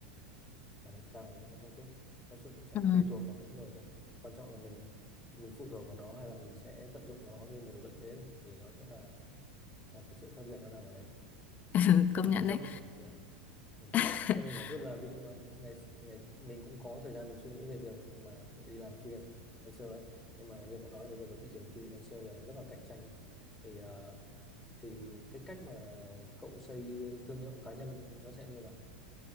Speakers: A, in the centre; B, on the left.
A: khả năng cao là nó sẽ không tốt nó sẽ- cũng sẽ
B: Ừ.
A: tùy thuộc vào mỗi người thôi quan trọng là mình mình phụ thuộc vào nó hay là mình sẽ tận dụng nó như một lợi thế thôi thì nó sẽ là, là cái sự khác biệt nó nằm ở đấy
B: <laughs> công
A: ừ,
B: nhận
A: cho
B: đấy
A: mình ừ, ừ.
B: <laughs>
A: cho mình hỏi chút là ví dụ mà ngày ngày mình cũng có thời gian mình suy nghĩ về việc mà đi làm freelancer ấy nhưng mà như cậu nói là bây giờ cái thị trường freelancer bây giờ nó rất là cạnh tranh ấy. thì ờ, thì cái cách mà cậu xây thương hiệu cá nhân nó sẽ như nào